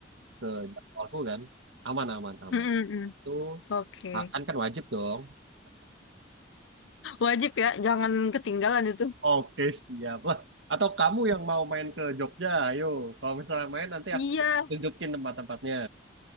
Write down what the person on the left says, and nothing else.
Mm-mm.
Oke,
Wajib ya, jangan ketinggalan itu.
Iya,